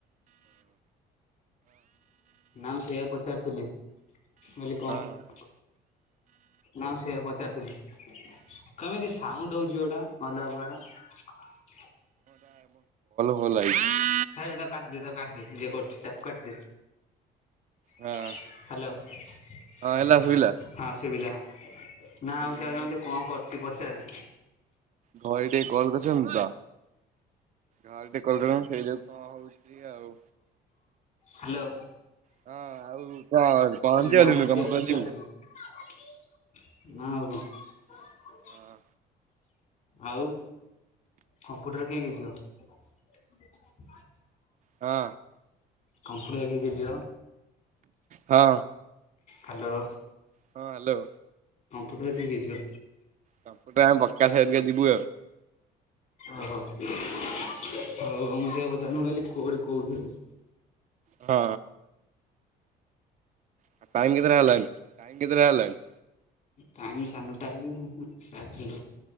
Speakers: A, on the left (about 55°); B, on the right (about 50°).
A: ନାଁ ସେଇଆା ପଚାରିଥିଲି। ବୋଲି କଣ
B: ହଉ
A: କ ନା ସେ ପ ଚାରଥିଲି କେମିତି ସାଉଣ୍ଡ ହଉଛି ଗୋଟା ଅ ଲଗା ପ୍ରକାର।
B: ହଲାଇ।
A: ଖାଇ ତା କାଟିଦି ତା କାଟିଦି ଯିଏ କରୁଚଛି ତାକୁ କାଟିଦି।
B: ହଁ।
A: ହ୍ୟାଲୋ।
B: ହଁ
A: <inaudible>
B: ହେଲା ଶୁଭିଲା
A: ହଁ ସୁବିଲା ନା ଆଉ
B: ହୁଁ
A: ସେ କଣ କର ସେ ପଚାରେ।
B: ଘରେ ଟିକେ କଲ୍ କରିଛନ୍ତି ତ ଘରେ ଟିକେ କଲ୍ କରିଛନ୍ତି ସେଇ ଯାଉ କଣ ହଉଛି ଆଉ
A: ହ୍ୟାଲୋ।
B: ହଁ ଆଉ କଣ ପହଞ୍ଚିଗଲୁଣୁ
A: ନା ମୁଁ ସେଆ
B: କମ୍ପ୍ୟୁଟର
A: ପଚାରୁଥିଲି
B: ଯିବୁ
A: ନା
B: ହୁଁ
A: ଆଉ
B: ହୁଁ
A: କଣ? ହ
B: ହଁ
A: ଆଉ? କମ୍ପ୍ୟୁଟର କିଏ କିଏ ଯିବ? ହ
B: ହଁ।
A: କମ୍ପ୍ୟୁଟର୍ କିଏ କିଏ ଯିବ?
B: ହଁ।
A: ହ୍ୟାଲୋ।
B: ହଁ ହ୍ୟାଲୋ।
A: କମ୍ପ୍ୟୁଟର କିଏ କିଏ ଯିବ?
B: କମ୍ପ୍ୟୁଟର ଆମେ ପକ୍କା ସାରିକା ଯିବୁ ଆଉ।
A: ଓହ ହଉ ହଉ ମୁଁ ସେୟା ପ <unintelligible> ମୁଁ କହିଲି କୋଉଠି କୋଉଠି?
B: ହଁ। ଆଉ ଟାଇମ୍ କେତେଟା ହେଲାଣି ଟାଇମ୍ କେତେଟା ହେଲାଣି?
A: ଟାଇମ ଶାଡେ ନଅ ଟା ହେଇଥିବ ସାଢେ